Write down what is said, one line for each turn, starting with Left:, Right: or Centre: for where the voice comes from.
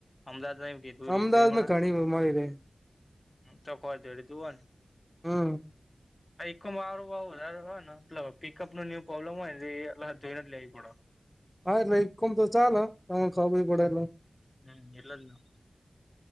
Left: અમદાવાદ ન કીધુ
Centre: અમદાવાદમાં
Left: લીધુંય હમણા
Centre: ઘણી મળી રહે
Left: ચકોર જોડી દવ <inaudible>
Centre: હમ
Left: ઈકો માં હારુ ભાવ વધારે હો ને પ પિકઅપ નો ન્યું પ્રોબ્લેમ હોય એ જોઈને જ લેવું પડે
Centre: હા ઈ ઈકોમ તો ચાલ તમન <unintelligible> પડ એટલ.
Left: હમ્મ લીલો લીલો.